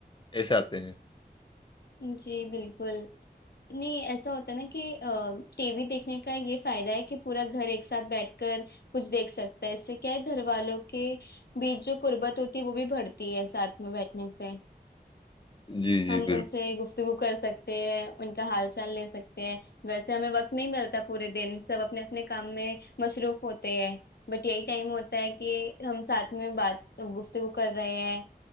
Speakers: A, on the left; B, on the left.
A: ایسے آتے ہیں
B: جی بالکل نہیں ایسا ہوتا نا کہ ٹی وی دیکھنے کا یہ فائدہ ہے کہ پورا گھر ایک ساتھ بیٹھ کر کچھ دیکھ سکتا ہے اس سے کیا ہے گھر والوں کے بیچ جو قربت ہوتی ہے وہ بھی بڑھتی ہے ساتھ میں بیٹھنے سے
A: جی جی
B: ہم
A: بالکل
B: ان سے گفتگو کر سکتے ان کا حال چال لے سکتے ہیں ویسے ہمیں وقت نہیں ملتا پورے دن سب اپنے اپنے کام میں مصروف ہوتے ہیں بٹ یہی ٹائم ہوتا ہے کہ ہم ساتھ میں بات گفتگو کر رہے ہیں